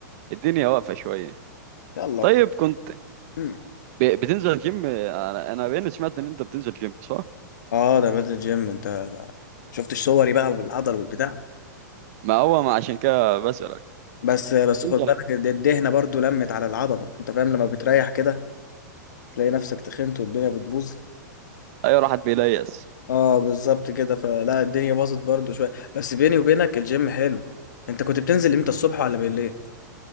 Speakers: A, on the right; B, on the left.
A: الدنيا واقفة شوية
B: يلا
A: طيب كنت
B: مم.
A: ب... بتنزل جيم انا انا بين سمعت ان انت بتنزل جيم صح
B: اه ده بنزل جيم انت شفتش صوري بقى بالعضل والبتاع
A: ما هو ما عشان كده بسألك
B: بس بس
A: تنزل
B: خد بالك الد- الدهنه برضو لمت على العضله انت فاهم لما بتريح كده تلاقي نفسك تخنت والدنيا بتبوظ
A: ايوه راحت بيليس
B: اه بالظبط كده فلا الدنيا باظت برضو شويه بس بيني وبينك الجيم حلو انت كنت بتنزل امتى الصبح ولا بالليل